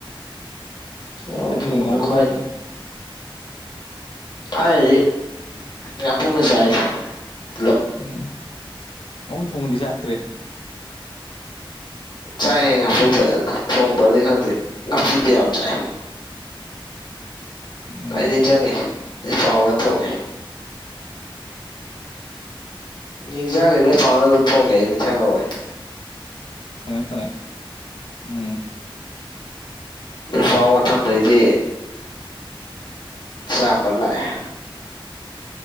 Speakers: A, on the left (about 55°); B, on the left (about 80°).
A: ꯉꯧ
B: ꯑꯗꯨꯒꯤ
A: ꯊꯣꯡꯕꯅ
B: ꯉꯧꯕ
A: ꯈ꯭ꯋꯥꯏ
B: ꯈꯣꯠꯄꯒꯤ
A: ꯊꯥꯏꯅꯗꯤ ꯉꯥꯄ꯭ꯔꯨꯝꯒ ꯆꯥꯏꯗ ꯂꯧ
B: ꯎꯝ <unintelligible> ꯊꯣꯡꯕꯗꯤ ꯆꯥꯛꯗ꯭ꯔꯤ
A: ꯆꯥꯏꯑꯦ ꯉꯥꯄ꯭ꯔꯨꯝ ꯐꯖꯅ ꯊꯣꯡꯕꯗꯤ ꯈꯪꯗꯦ ꯉꯥꯄ꯭ꯔꯨꯝꯗꯤ ꯌꯥꯝ ꯆꯥꯏ
B: ꯎꯝ
A: ꯑꯩ ꯅꯤꯡꯖꯤꯡꯉꯦ ꯅꯣꯏ ꯄꯥꯎꯅ ꯊꯣꯡꯉꯦ ꯅꯤꯡꯖꯪꯉꯦ ꯂꯣꯏ ꯄꯥꯎꯅ ꯑꯗꯨꯝ ꯊꯣꯡꯉꯦ ꯑꯩ ꯅꯤꯡꯖꯪꯍꯧꯋꯦ
B: ꯊꯣꯡꯉꯦ ꯊꯣꯡꯉꯦ ꯎꯝ
A: ꯅꯣꯏꯄꯥꯎ ꯃꯊꯪꯗꯩꯗꯤ ꯆꯥꯕ ꯂꯥꯛꯑꯦ